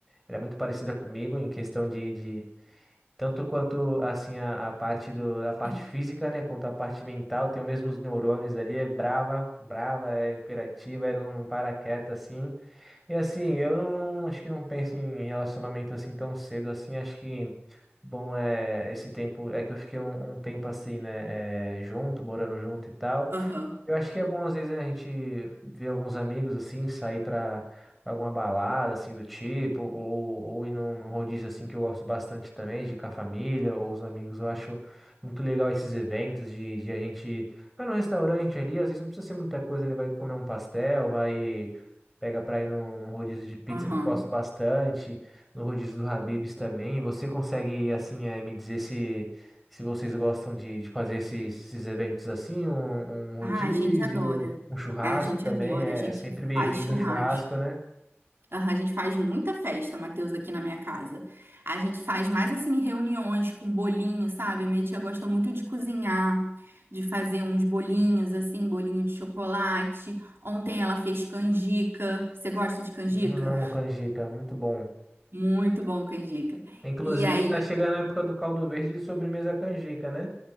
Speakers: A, in the centre; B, on the right.
A: Ela é muito parecida comigo em questão de, de tanto quanto assim a, a parte do, a parte
B: Sim.
A: física, né, quanto a parte mental, tem os mesmos neurônios ali, é brava, brava, é imperativa, é não, não para quieta assim. E assim, eu não, não- acho que não penso em relacionamento assim tão cedo assim, acho que bom é esse tempo é que eu fiquei um, um tempo assim, né, é, junto, morando junto e tal.
B: Aham.
A: Eu acho que é bom, às vezes, né, a gente ver alguns amigos, assim, sair pra pra alguma balada, assim, do tipo, ou, ou ir num, num rodízio, assim, que eu gosto bastante também, de ir com a família ou os amigos. Eu acho muito legal esses eventos de, de a gente vai num restaurante ali, às vezes não precisa ser muita coisa, né? Vai comer um pastel, vai... Pega pra ir num, num rodízio de pizza
B: Aham.
A: que eu gosto bastante, no rodízio do Habib's também. Você consegue, assim, eh, me dizer se... Se vocês gostam de, de fazer esses, esses eventos assim, um, um rodízio,
B: Ah, a gente adora.
A: um churrasco
B: Ah, a gente
A: também,
B: adora.
A: é
B: A gente
A: é sempre bem-vindo
B: faz churrasco.
A: um churrasco, né?
B: Aham, a gente faz muita festa, Matheus, aqui na minha casa. A gente faz mais assim reuniões com bolinho, sabe? Minha tia gosta muito de cozinhar, de fazer uns bolinhos assim, bolinho de chocolate. Ontem ela fez canjica. Você gosta de canjica?
A: Hum, Amo canjica, muito bom.
B: Muito bom canjica.
A: Inclusive,
B: E aí,
A: tá chegando a época do caldo verde de sobremesa canjica, né?